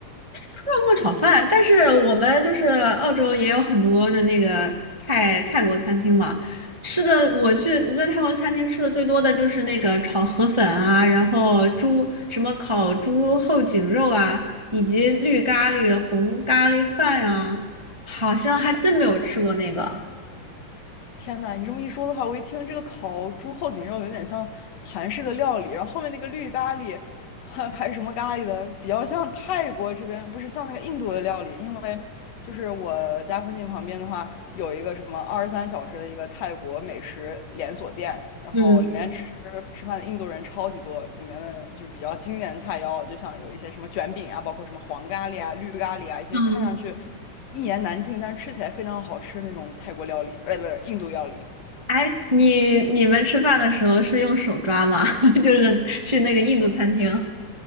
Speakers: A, on the right (about 25°); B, on the left (about 60°).
A: 泡沫炒饭，但是我们就是澳洲也有很多的那个泰泰国餐厅嘛，吃的我去我在泰国餐厅吃的最多的就是那个炒河粉啊，然后猪什么烤猪后颈肉啊，以及绿咖喱、红咖喱饭啊，好像还真没有吃过那个。
B: 天呐，你这么一说的话，我一听这个烤猪后颈肉有点像韩式的料理，然后后面那个绿咖喱，还还是什么咖喱的，比较像泰国这边，不是像那个印度的料理，因为就是我家附近旁边的话，有一个什么二十三小时的一个泰国美食连锁店，然后里面吃
A: 嗯
B: 吃饭的印度人超级多，里面的就比较经典的菜肴，就像有一些什么卷饼啊，包括什么黄咖喱啊、绿咖喱啊，一些看上去。
A: 嗯，
B: 一言难尽，但是吃起来非常好吃那种泰国料理，呃，不是印度料理，
A: 哎，你你们吃饭的时候是用手抓吗？<laughs> 就是去那个印度餐厅。